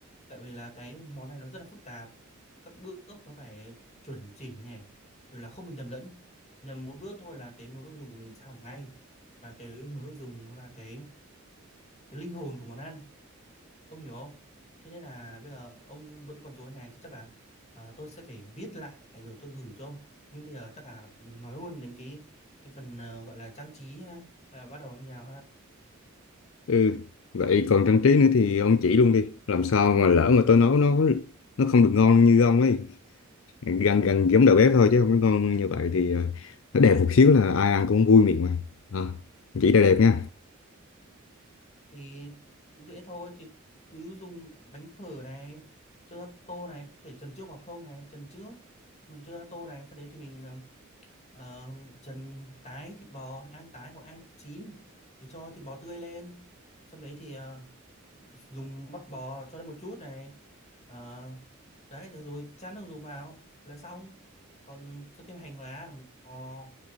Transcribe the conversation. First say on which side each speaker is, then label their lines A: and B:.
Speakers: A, on the left; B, on the left.
A: Tại vì là cái món này nó rất là phức tạp. Các bước nó phải chuẩn chỉnh này, rồi là không được nhầm lẫn. Nhầm một bước thôi là cái nồi nước dùng của mình sẽ hỏng ngay. Và cái nồi nước dùng nó là cái cái linh hồn của món ăn. Ông hiểu không? Thế nên là bây giờ ông vẫn còn rối này thì chắc là ờ, tôi sẽ phải viết lại rồi tôi gửi cho ông. Nhưng bây giờ chắc là nói luôn đến cái cái phần ờ, gọi là trang trí ha, hay là bắt đầu như nào ha.
B: ừ vậy còn trang trí nữa thì ông chỉ luôn đi làm sao mà lỡ mà tôi nấu nó nó không được ngon như ông ấy gần gần giống đầu bếp thôi chứ không có ngon như vậy thì ờ, nó đẹp một xíu là ai ăn cũng vui miệng mà à, chỉ là đẹp nha
A: Thì cũng dễ thôi thì cứ dùng bánh phở này cho ra tô này có thể trần trước hoặc không này trần trước mình cho ra tô này sau đấy thì mình ờ, ờ, trần tái thịt bò ăn tái hoặc ăn chín thì cho thịt bò tươi lên xong đấy thì ờ, dùng bắp bò cho lên một chút này Ờ, đấy thế rồi chán đường dùng vào là xong còn cho thêm hành lá ngò